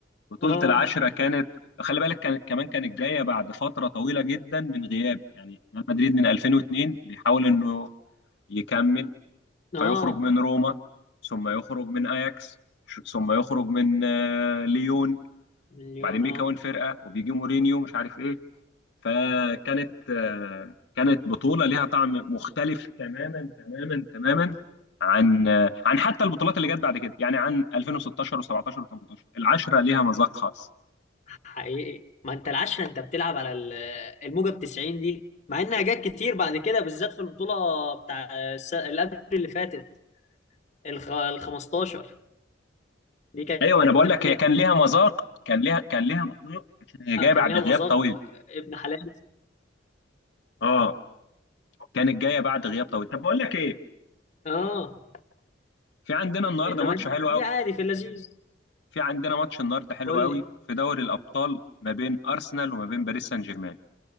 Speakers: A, on the left; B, on the left.
A: بطولة
B: اه
A: العشرة كانت خلي بالك كان كمان كانت جاية بعد فترة طويلة جدا من غياب يعني ريال مدريد من 2002 بيحاول إنه يكمل
B: اه
A: فيخرج من روما ثم يخرج من أياكس ش- ثم يخرج من آه، ليون
B: مليون
A: وبعدين بيكون
B: اه
A: فرقة وبيجي مورينيو مش عارف إيه فكانت آه، كانت بطولة ليها طعم مختلف تماما تماما تماما عن آه، عن حتى البطولات اللي جت بعد كده يعني عن 2016 و17 و18 العشرة ليها مذاق خاص
B: حقيقي ما انت العشرة انت بتلعب على ال- الموجة ب 90 دي مع انها جت كتير بعد كده بالذات في البطولة بتاع الس- اللي قبل اللي فاتت الخ... ال 15 دي كان
A: ايوه انا بقول
B: ليها
A: لك هي كان ليها مذاق كان ليها كان ليها مذاق عشان هي
B: كان
A: جايه بعد
B: ليها
A: غياب
B: مذاق
A: طويل
B: آه، ابن حلال
A: اه كانت جايه بعد غياب طويل طب بقول لك ايه
B: اه
A: في عندنا النهارده
B: انما
A: ماتش
B: دي
A: حلو قوي
B: دي عادي في اللذيذ
A: في عندنا ماتش النهارده حلو
B: قول
A: قوي
B: لي
A: في دوري الابطال ما بين ارسنال وما بين باريس سان جيرمان